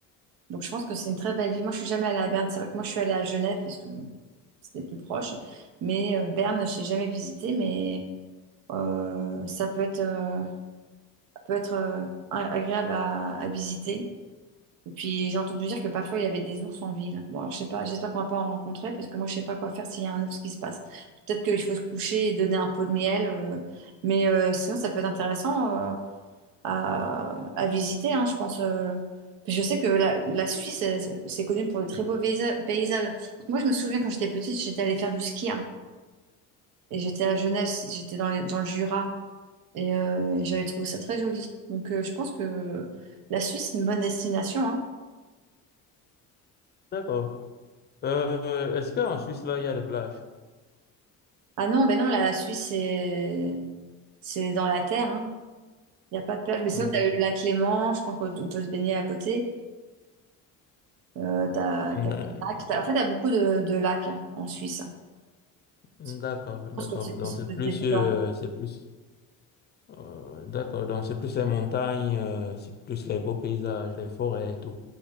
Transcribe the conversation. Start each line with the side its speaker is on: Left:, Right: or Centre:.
Right: Donc je pense que c'est une très belle ville. Moi, je suis jamais allée à Berne. C'est vrai que moi, je suis allée à Genève parce que c'était plus proche. Mais euh, Berne, je n'ai jamais visité, mais euh, ça peut être, euh, peut être euh, agréable à, à visiter. Et puis j'ai entendu dire que parfois il y avait des ours en ville. Bon, alors je sais pas, j'espère qu'on va pas en rencontrer parce que moi je sais pas quoi faire s'il y a un ours qui se passe. Peut-être qu'il faut se coucher et donner un pot de miel, euh, mais euh, sinon ça peut être intéressant euh, à, à visiter, hein, je pense. euh. Je sais que la, la Suisse, elle, c'est connu pour de très beaux paysa- paysages. Moi je me souviens quand j'étais petite, j'étais allée faire du ski hein, et j'étais à Genève, j'étais dans, les- dans le Jura et, euh, j'avais trouvé ça très joli. Donc euh, je pense que la Suisse, c'est une bonne destination, hein.
Left: D'accord. Euh, est-ce qu'en Suisse, là, il y a des plages?
Right: Ah non, ben non, la Suisse, c'est c'est dans la terre, hein. Il n'y a pas de plage. Mais sinon,
Left: Ah, d'accord.
Right: t'as le lac Léman, je pense qu'on peut se baigner à côté. Euh, t'as,
Left: Non.
Right: t'as plein de lacs. T'as- en fait, t'as beaucoup de, de lacs hein, en Suisse.
Left: D'accord,
Right: Je
Left: d'accord.
Right: pense que c'est
Left: Donc
Right: possible
Left: c'est
Right: de
Left: plus,
Right: se baigner
Left: euh,
Right: dans...
Left: c'est plus, euh, d'accord. Donc c'est plus les montagnes, euh, c'est plus les beaux paysages, les forêts et tout.